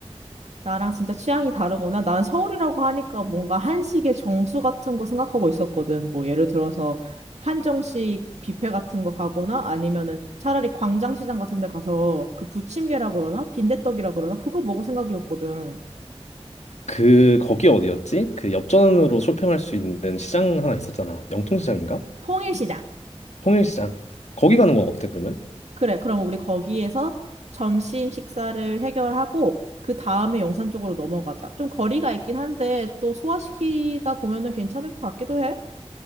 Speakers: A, on the right; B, on the left.
A: 나랑 진짜 취향이 다르구나. 난 서울이라고 하니까 뭔가 한식의 정수 같은 거 생각하고 있었거든. 뭐 예를 들어서 한정식 뷔페 같은 거 가거나 아니면은 차라리 광장시장 같은 데 가서 그 부침개라 그러나 빈대떡이라 그러나 그거 먹을 생각이었거든.
B: 그 거기 어디였지? 그 엽전으로 쇼핑할 수 있는 시장 하나 있었잖아. 영통시장인가?
A: 통일시장.
B: 홍일시장. 거기 가는 건 어때 그러면?
A: 그래, 그럼 우리 거기에서 점심 식사를 해결하고 그 다음에 용산 쪽으로 넘어가자. 좀 거리가 있긴 한데 또 소화시키다 보면은 괜찮을 것 같기도 해.